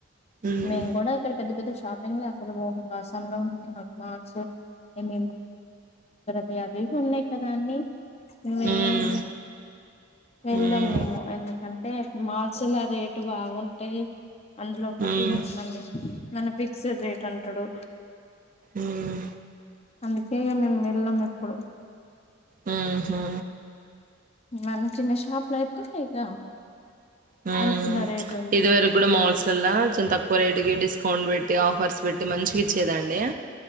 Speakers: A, on the right; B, on the left.
A: ఉమ్
B: మేమ్ కూడా ఇక్కడ పెద్ద పెద్ద షా షాపింగ్ లో అసలు కాసం లో మ్ వి మాల్స్ మ్ వి అ అవి ఉన్నాయి కదా అండి వెళ్లం
A: ఉమ్
B: వెళ్లం
A: ఉమ్
B: మేము ఎందుక అంటే మాల్సుల రేటు బాగుంటాయి అందులో ఒకటి
A: ఉమ్
B: మళ్ళీ మన ఫిక్స్డ్ రేట్ అంటాడు
A: ఉమ్
B: అందుక ఇగ మేము వెళ్ళం ఎప్పుడు
A: హ్మ్ హు
B: మన చిన్న షాపులో అయితే ఇక
A: హ్మ్
B: అనుకున్న రేట్ ఉంటది
A: ఇదివరకు కూడా మాల్స్ లల్ల చాలా తక్కువ రేటుకే డిస్కౌయ్ అౌంట్ పెట్టి ఆఫర్స్ పెట్టి మంచి ఇచ్చేదండి